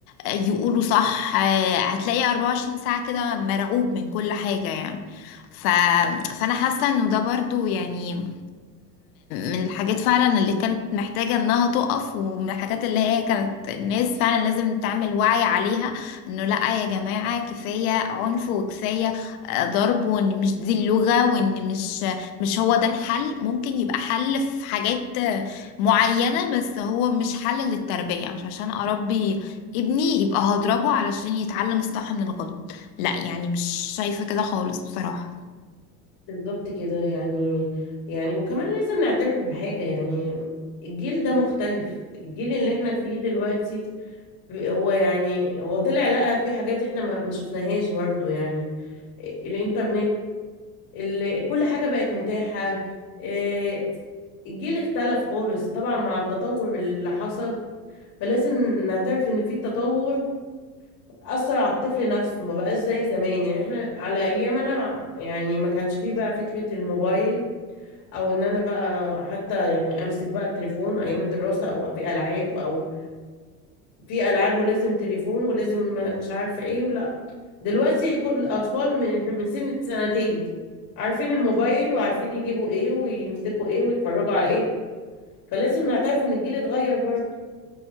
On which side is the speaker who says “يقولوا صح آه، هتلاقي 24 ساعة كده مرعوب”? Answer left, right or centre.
Left